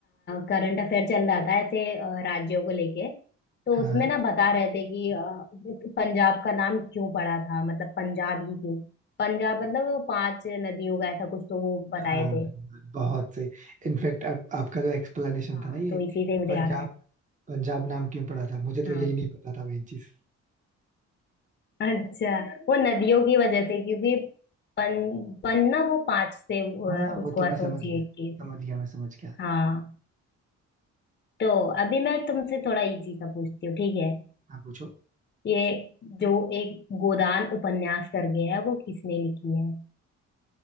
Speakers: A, on the left (about 35°); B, on the right (about 25°).
A: करंट अफेयर चल रहा था ऐसे अ, राज्यों को लेके तो
B: हाँ
A: उसमें ना बता रहे थे कि अ, पंजाब का नाम क्यों पड़ा था मतलब पंजाब ही क्यों पंजाब मतलब वो पांच नदियों का ऐसा कुछ तो वो
B: हाँ
A: बताए
B: हाँ,
A: थे
B: बहुत सही इनफैक्ट अब आपका जो एक्सप्लेनेशन
A: हाँ
B: था ना ये
A: तो
B: कि
A: इसी से मुझे
B: पंजाब
A: याद आया
B: पंजाब नाम क्यों पड़ा था मुझे तो
A: हाँ।
B: यही नहीं पता था वही चीज
A: अच्छा वो नदियों की वजह से क्योंकि पन पन ना वो पांच से अ,
B: हाँ हाँ, वो
A: उसको
B: तो
A: एसोसिएट
B: मैं समझ गया
A: की थी
B: समझ गया मैं समझ गया
A: हाँ तो अभी मैं तुमसे थोड़ा इजी सा पूछती हूँ ठीक है
B: आप पूछो
A: ये जो एक गोदान उपन्यास करके है वो किसने लिखी है